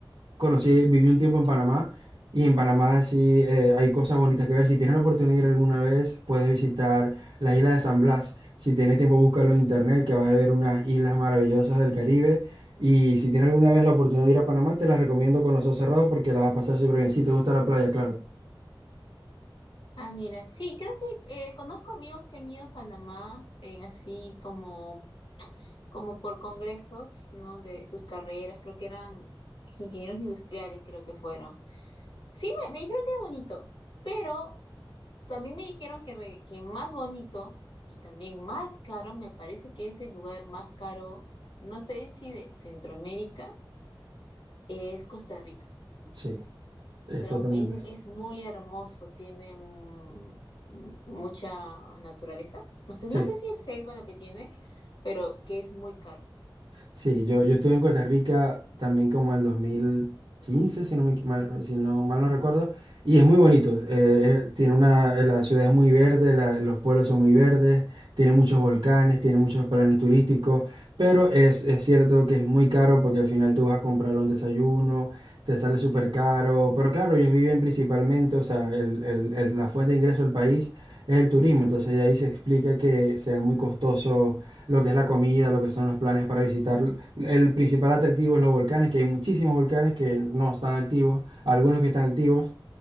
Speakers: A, on the right (about 65°); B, on the left (about 60°).
A: conocí, viví un tiempo en Panamá y en Panamá sí eh, hay cosas bonitas que ver. Si tienes la oportunidad de ir alguna vez, puedes visitar las islas de San Blas. Si tienes tiempo, búscalo en internet, que vas a ver unas islas maravillosas del Caribe. Y si tienes alguna vez la oportunidad de ir a Panamá, te las recomiendo con los ojos cerrados porque las vas a pasar súper bien. Si te gusta la playa, claro.
B: Ah, mira, sí, creo que eh, conozco amigos que han ido a Panamá en así como, como por congresos, ¿no? De sus carreras, creo que eran ingenieros industriales, creo que fueron. Sí, me, me dijeron que era bonito, pero También me dijeron que, re- que más bonito y también más caro, me parece que es el lugar más caro, no sé si de Centroamérica, es Costa Rica,
A: Sí, es
B: pero
A: totalmente
B: me dicen
A: eso.
B: que es muy hermoso, tiene mm, mm, mucha naturaleza. No sé,
A: Sí.
B: no sé si es selva lo que tiene, pero que es muy caro.
A: Sí, yo, yo estuve en Costa Rica también como en el 2015, si no, me equi- mal, si no mal no recuerdo, y es muy bonito. eh, eh, tiene una, eh, la ciudad es muy verde, la- los pueblos son muy verdes, tiene muchos volcanes, tiene muchos planes turísticos, pero es, es cierto que es muy caro porque al final tú vas a comprar un desayuno, te sale súper caro, pero claro, ellos viven principalmente, o sea, el- el- el- la fuente de ingreso del país es el turismo, entonces de ahí se explica que sean muy costosos lo que es la comida, lo que son los planes para visitar. El principal atractivo es los volcanes, que hay muchísimos volcanes que no están activos, algunos que están activos,